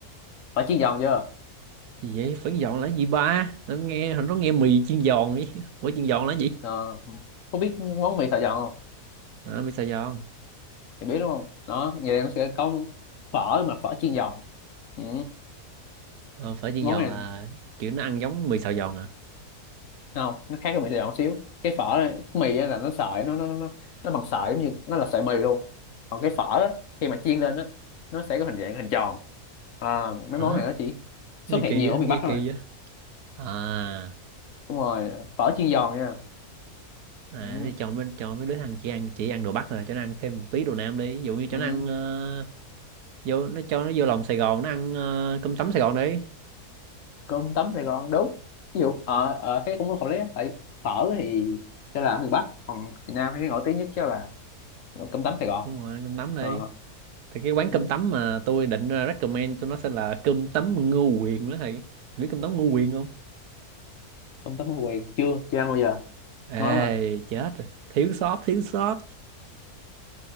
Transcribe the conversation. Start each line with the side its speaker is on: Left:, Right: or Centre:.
Left: phở chiên giòn chưa
Right: gì vậy phở giòn là gì ba nó nghe nó nghe mì chiên giòn ấy. phở <laughs> chiên giòn là gì
Left: Ờ, có biết món mì Sài Gòn không?
Right: à, mì xào giòn
Left: Thì biết đúng không? Đó, vậy là nó sẽ có phở mà phở chiên giòn. Ừ,
Right: Ờ, phở chiên
Left: món
Right: giòn
Left: này
Right: là kiểu nó ăn giống mì xào giòn à
Left: không, nó khác với mì Sài Gòn một xíu. Cái phở này, cái mì á là nó sợi nó nó nó nó nó bằng sợi giống như nó là sợi mì luôn. Còn cái phở á, khi mà chiên lên á nó sẽ có hình dạng hình tròn. À,
Right: hả
Left: mấy món này nó chỉ xuất
Right: cái gì
Left: hiện
Right: kỳ
Left: nhiều
Right: á
Left: ở miền
Right: nghe
Left: Bắc thôi.
Right: kỳ á à
Left: Đúng rồi, phở chiên giòn nha.
Right: à
Left: Ừ,
Right: để cho mấy cho mấy đứa thằng chỉ ăn chỉ ăn đồ Bắc rồi cho nó ăn thêm một tí đồ Nam đi ví dụ như cho
Left: ừ.
Right: nó ăn ờ, vô nó cho nó vô lòng Sài Gòn nó ăn ờ, cơm tấm Sài Gòn đi
Left: cơm tấm Sài Gòn đúng ví dụ ở ở thế cũng không lấy lắm. tại phở thì sẽ là ở miền Bắc còn miền Nam thì nổi tiếng nhất chắc là cơm tấm Sài Gòn
Right: đúng rồi ăn cơm tấm đi
Left: ờ,
Right: thì cái quán
Left: ừ,
Right: cơm tấm mà tôi định ờ, recommend cho nó sẽ là cơm tấm Ngô Quyền đó thầy thầy biết cơm tấm Ngô Quyền không
Left: cơm tấm Ngô Quyền chưa chưa ăn bao giờ
Right: ê
Left: ngon mà
Right: chết rồi thiếu sót thiếu sót